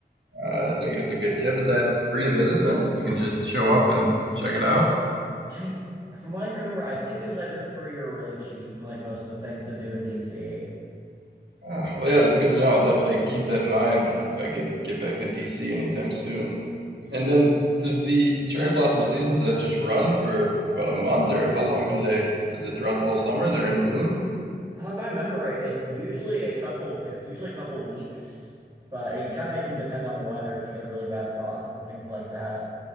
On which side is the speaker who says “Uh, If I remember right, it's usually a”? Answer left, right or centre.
Right